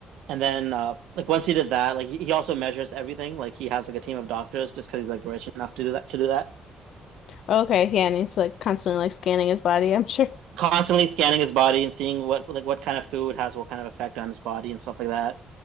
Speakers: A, on the right (about 90°); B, on the left (about 70°).
A: and then uh, like once he did that, like he he also measures everything. Like he has like a team of doctors just because he's like rich enough to do that to do that.
B: Okay, yeah, and he's like constantly like scanning his body, <laughs> I'm sure.
A: Constantly scanning his body and seeing what like what kind of food has what kind of effect on his body and stuff like that.